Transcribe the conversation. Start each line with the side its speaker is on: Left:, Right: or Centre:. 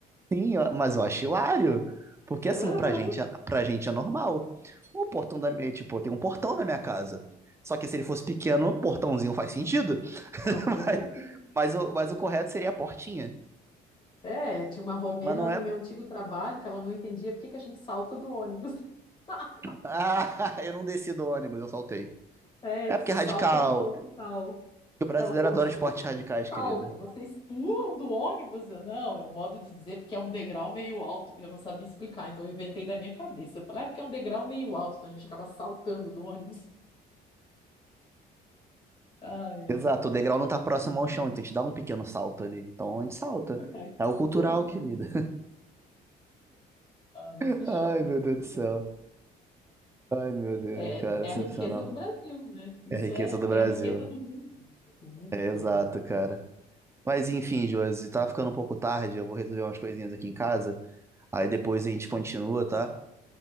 Right: Sim, ó, mas eu acho hilário. Porque
Left: Aham,
Right: assim, pra gente, é- pra gente é normal. O portão da minha, tipo, eu tenho um portão na minha casa. Só que se ele fosse pequeno, portãozinho faz sentido. <laughs>
Left: É um portãozinho.
Right: Mas o, mas o correto seria a portinha.
Left: É, tinha uma romena
Right: Mas não
Left: no
Right: é.
Left: meu antigo trabalho que ela não entendia por que que a gente salta do ônibus. <laughs>
Right: Ah, <laughs> eu não desci do ônibus, eu saltei.
Left: É,
Right: É
Left: salta
Right: porque é radical.
Left: no ponto tal.
Right: O brasileiro
Left: Ela, como
Right: adora
Left: assim
Right: esportes
Left: vocês
Right: radicais, querida.
Left: saltam? Vocês pulam do ônibus? Eu, não, é um modo de dizer porque é um degrau meio alto. Eu não sabia explicar, então eu inventei da minha cabeça. Eu falei, é porque é um degrau meio alto, então a gente acaba saltando do ônibus. Ai,
Right: Exato,
Left: ai,
Right: o degrau não tá próximo ao chão, então a gente dá um pequeno salto ali. Então a gente salta.
Left: <laughs> faz sentido,
Right: É o cultural, querida.
Left: né? Ah,
Right: <laughs>
Left: mas que show.
Right: Ai, meu Deus do céu. Ai, meu Deus,
Left: É,
Right: cara,
Left: é
Right: sensacional.
Left: a riqueza do Brasil, né? Isso
Right: É a riqueza
Left: é,
Right: do
Left: é
Right: Brasil.
Left: a riqueza do mundo, do mundo
Right: É
Left: todo.
Right: exato, cara. Mas enfim, Josi, tá ficando um pouco tarde, eu vou resolver umas coisinhas aqui em casa. Aí depois a gente continua, tá?